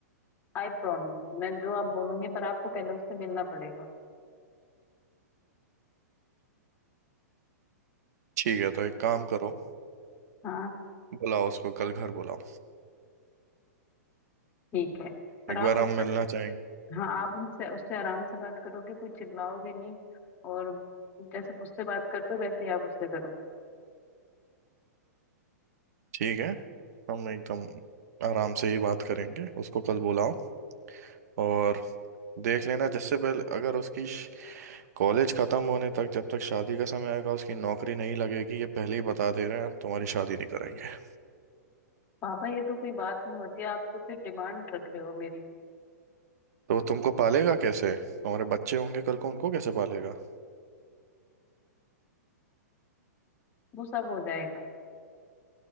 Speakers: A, on the left (about 25°); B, on the right (about 65°).
A: आई प्रॉमिस मैं जो आप बोलूंगी पर आपको पहले उससे मिलना पड़ेगा
B: ठीक है तो एक काम करो
A: हाँ
B: बुलाओ उसको कल घर बुलाओ
A: ठीक है पर
B: एक
A: आप
B: बार
A: उस
B: हम
A: पर
B: मिलना चाहेंगे
A: हाँ आप उनसे उससे आराम से बात करोगे कोई चिल्लाओगे नहीं और जैसे मुझसे बात करते हो वैसे ही आप उससे करोगे
B: ठीक है हम एकदम आराम से ही बात करेंगे उसको कल बुलाओ और देख लेना जिससे पहले अगर उसकी कॉलेज खत्म होने तक जब तक शादी का समय आएगा उसकी नौकरी नहीं लगेगी ये पहले ही बता दे रहे हैं हम तुम्हारी शादी नहीं कराएंगे
A: पापा ये तो कोई बात नहीं होती आप तो फिर डिमांड रख रहे हो मेरी
B: तो वो तुमको पालेगा कैसे तुम्हारे बच्चे होंगे कल को उनको कैसे पालेगा
A: वो सब हो जाएगा